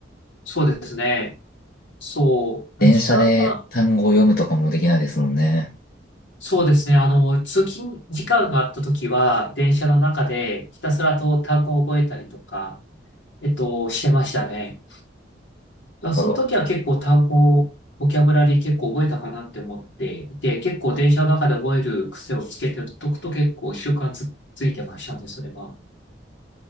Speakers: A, on the left; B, on the left.
A: そうですね。そう。まあ時間が、
B: 電車で単語を読むとかもできないですもんね。
A: そうですね。あの、通勤時間があった時は、電車の中でひたすらと単語を覚えたりとか、えっと、してましたね。だからその時は結構単語、
B: なるほど
A: ボキャブラリー結構覚えたかなって思っていて、結構電車の中で覚える癖をつけておくと結構習慣つ、ついてましたね、それは。